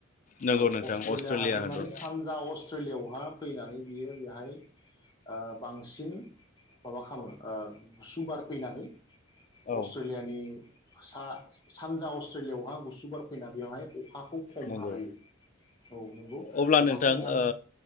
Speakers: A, on the left; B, on the left.
A: नंगौ
B: औ
A: नोंथां
B: अस्ट्रेलिया हादोरमानि
A: हादर
B: सानजा अस्ट्रेलियाआवहा फैनानै बियो बेहाय ओ-बांसिन माबा खालामो ओ- गुसु बार फैनानै
A: औ
B: अस्ट्रेलियानि सा। सानजा अस्ट्रेलियाव हा गुसु। बेवहाय अखाखौ खम
A: नंगौ
B: हाहैयो औ नंगौ
A: अब्ला नोंथां
B: अखा खम हाय-
A: ओ